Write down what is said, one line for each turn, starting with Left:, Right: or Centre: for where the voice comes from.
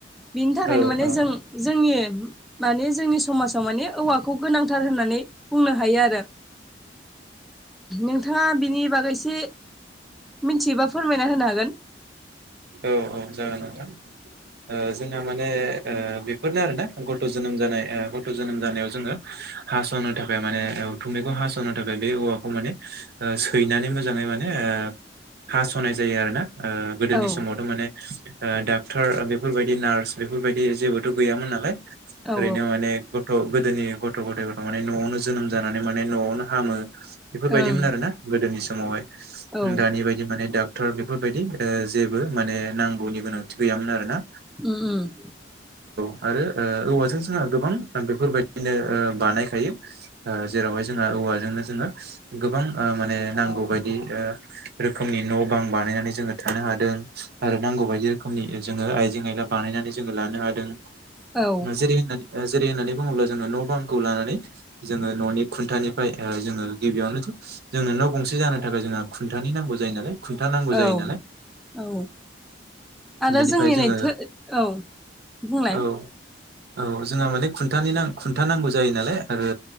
Centre: बिनि थाखायनो
Right: औ
Centre: माने
Right: औ
Centre: जों जोंनि माने जोंनि समाजाव माने औवा खौ गोनांथार होननानै बुंनो हायो आरो ओ थाङा बिनि बागै एसे मिथियोबा फोरमायना होनो हागोन
Right: औ औ जागोन नोंथां ओ जोंहा माने बेफोरनो आरोना गथ जोनोम जानाय गथ जोनोम जानायाव जोङो हासनो थाखाय माने थुमैखौ हासनो थाखाय बे औवाखौ माने सैनानै मोजाङै माने ओ हासनाय जायो आरो ना ओ गोदोनि
Centre: औ
Right: समावथ माने डाक्टर बेफोरबायदि नार्स बेफोरबायदि बे जेबोथ गैयामोन नालाय
Centre: औ
Right: ओरैनो माने गथ गोदोनि गथ गथायफोरा माने नआवनो जोनोम जानानै माने नआवनो हामो बेफोरबायदिमोन
Centre: ओं
Right: आरोना गोदोनि समावहाय
Centre: औ
Right: दानि बायदि माने दा क्टार बेफोरबायदि ओ जेबो माने नांगौनि गोनांथि गैयामोन आरो ना
Centre: ओम
Right: आरो ओ औवाजों जोंहा गोबां बेफोरबायदिनो ओ बानायखायो ओ जेरावहाय जोंहा औवाजोंनो जोङो गोबां माने नांगौ बायदि ओ रोखोमनि न' बां बानायनानै जों जोङो थानो हादों आरो नांगौ बायदि रोखोमनि जोङो आइजें आयला बानायनानै जोङो लानो हादों
Centre: औ
Right: मज <unintelligible> जेरै होननानै बुङोब्ला जोङो न' बांखौ लानानै जोङो न'नि खुन्थानिफ्राय जोङो गिबियावनो जोंनो न' गंसे जानो थाखाय जोंहा खुन्थानि नांगौ जायो नालाय खुन्था नांगौ
Centre: औ
Right: जायो नालाय
Centre: औ आरो
Right: बेनिफ्राय
Centre: जोंनि
Right: जोङो
Centre: नैथो औ बुंलाय
Right: औ औ जोंहा माने खुन्थानि ना खुन्था नांगौ जायो नालाय आरो